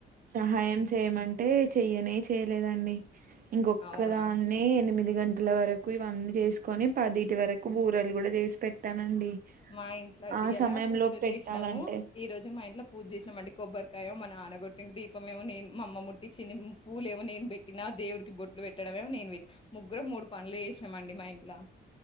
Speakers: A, on the right; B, on the left.
A: సహాయం చేయమంటే చెయ్యనే చేయలేదండి ఇంకొక్కదాన్నీ
B: అవునా
A: ఎనిమిది పదింటి గంటల వరకు ఇవన్నీ చేసుకొని పదింటి వరకు బూరలు కూడా చేసి పెట్టానండి
B: మా ఇంట్లో
A: ఆ
B: ఇయాల
A: సమయంలో
B: పూజ
A: పెట్టాలంటే
B: చేసినము ఈ రోజు మా ఇంట్లో పూజ చేసినామండి కొబ్బరికాయం మా నాన్న గొట్టిన్ను దీపమెమో నేను మా అమ్మ ముట్టిచ్చింది పూలు ఏమో నేను పెట్టినా దేవుడికి బొట్లు పెట్టడమేమో నేను పెట్ ముగ్గురం మూడు పనులు చేసి నమండి మా ఇంట్లో